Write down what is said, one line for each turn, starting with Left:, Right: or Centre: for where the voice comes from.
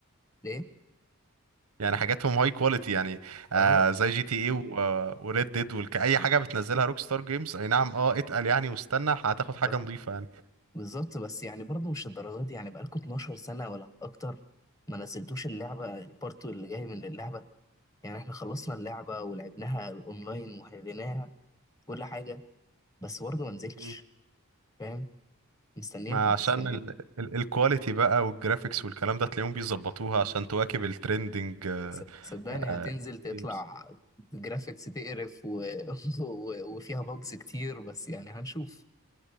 Left: ليه
Right: يعني حاجاتهم هاي كواليتي يعني آه
Left: اه
Right: زي جي تي اي وريد ديد والك اي حاجه بتنزلها روك ستار جيمز اي نعم اه اتقل يعني واستنى هتاخد حاجه
Left: اه
Right: نظيفه يعني
Left: بالظبط بس يعني برضه مش الدرجات دي يعني بقالكوا 12 سنه ولا اكتر ما نزلتوش اللعبه البارت اللي جاي من اللعبه يعني احنا خلصنا اللعبه ولعبناها اونلاين وحليناها كل حاجه بس برضه ما نزلتش
Right: مم.
Left: فاهم مستنيينها
Right: ما عشان
Left: مستنيينها
Right: ال ال الكواليتي بقى والجرافيكس والكلام ده تلاقيهم بيظبطوها عشان تواكب الترندنج
Left: ص- صدقني
Right: آه
Left: هتنزل تطلع
Right: جيمز
Left: جرافيكس تقرف و... <laughs> و... وفيها بوجز كتير بس يعني هنشوف